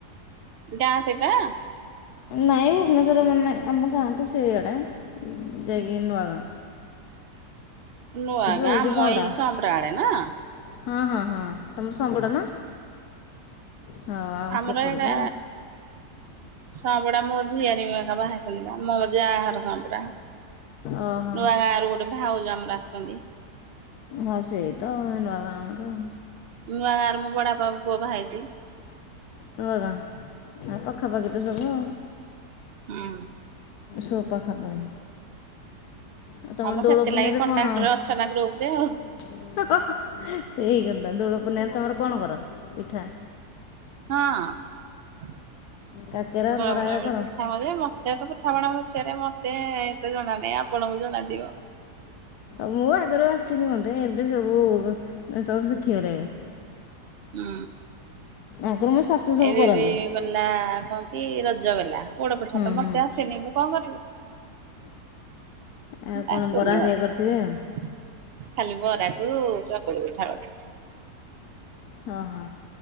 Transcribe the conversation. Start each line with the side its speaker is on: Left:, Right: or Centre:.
Right: ଗାଁ ସେଇଟା?
Left: ନାଇଁ ଭୁବନେଶ୍ୱର ଆମ ଗାଁ ତ ସେଇଆଡ଼େ। ଜାଇ କିି ନୂଆ ଗାଁ।
Right: ନୂଆଗାଁ
Left: ରହୁଛୁ
Right: ଆମ
Left: ଭଡ଼ା
Right: ଏଇ ସମ୍ପ୍ରା ଆଦେ ନା?
Left: ହଁ ହଁ ହଁ। ତମ ସମ୍ପଡ଼ା ନା? ହଁ ଆମ
Right: ଆମର
Left: ସେପଟେ
Right: ଏଇଟା
Left: ତ
Right: ସମ୍ପଡା ମୋ ଝିଅର ବାହାହେଇଛନ୍ତି ପା ମୋ ଯା ସ ମ୍ପଡା।
Left: ଓହୋ
Right: ନୂଆଗାଁ ରୁ ଗୋଟେ ଭାଉଜ ଆମର ଆସିଛନ୍ତି।
Left: ହଁ ସେଇ ତ ନୂଆ ଗାଁ ଆମର।
Right: ନୂଆଗାଁ ରେ ମୋ ବଡ ବାପା ପୁଅ ବାହାହେଇଛି।
Left: ନୂଆଗାଁପାଖାପାଖି ତ ସବୁ
Right: ହୁଁ
Left: ସବୁ ପାଖାପାଖି। ଆଉ ତମର
Right: ହଁ ମ
Left: ଦୋଳ
Right: ସେଥିଲାଗି
Left: ପୁର୍ଣିମା ରେ
Right: କଣ୍ଟାକ୍ଟରେ
Left: କଣ
Right: ଅଛ ନା ଗ୍ରୁପ ରେ ଆଉ
Left: ସେଇ କଥା ଦୋଳ ପୁର୍ଣିମା ରେ ତମର କଣ କର ପିଠା?
Right: ହଁ ବେଲେ
Left: କାକେରା ବରା
Right: ବେଳେ
Left: ଏରା କର
Right: ପିଠା ବଳେ ମତେ ତ ପିଠା ପଣା ମତେ ଏତେ ରୁଚେନି ମତେ ଏତେ ଜଣା ନାହିଁ ଆପଣଙ୍କୁ ଜଣା ଥିବ?
Left: ମୁଁ ଆଗରୁ ଆସିନି ମତେ ଏବେ ସବୁ ସବୁ ଶିଖିଗଲେ ଏବେ।
Right: ହୁଁ।
Left: ଆଗରୁ ମୋ ଶାଶୁ ସବୁ
Right: ଏରେରେ
Left: କରନ୍ତି
Right: ଗଲା କଣ କି ରଜ ଜଗଲା। ପୋଡ ପିଠା
Left: ହୁଁ
Right: ତ
Left: ହୁଁ
Right: ମତେ ଆସେନି ମୁଁ କଣ କରିବି?
Left: ଆଉ କ'ଣ
Right: ଆସୁନି
Left: ବରା ହେରିକା
Right: ମତେ।
Left: କରିଥିବେ ଆଉ
Right: ଖାଲି ବାରାକୁ ଚକୁଳି ପିଠା ଗଟେ।
Left: ହଁ ହଁ